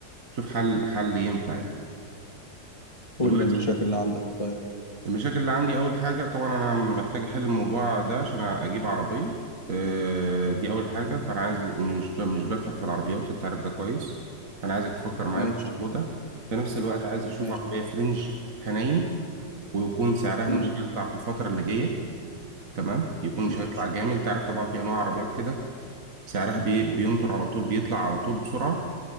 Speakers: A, on the right; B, on the left.
A: تشوف حل حل ينفع يعني
B: كل
A: دلوقتي
B: المشاكل اللي عندك طيب
A: المشاكل اللي عندي اول حاجة طبعا انا محتاج احل الموضوع ده عشان اجيب عربية آه، دي اول حاجة فانا عايز مش ب- مش بفهم في العربيات انت عارف ده كويس فانا عايزك تفكر معايا
B: ماشي
A: في الموضوع ده في نفس الوقت عايز اشوف
B: ماشي
A: عربية فرنج حنين ويكون سعرها
B: مم.
A: مش هيطلع في الفترة اللي جاية تمام يكون مش
B: ماشي
A: هيطلع جامد انت عارف طبعا في انواع عربيات كده سعرها بي... بينطر على طول بيطلع على طول بسرعة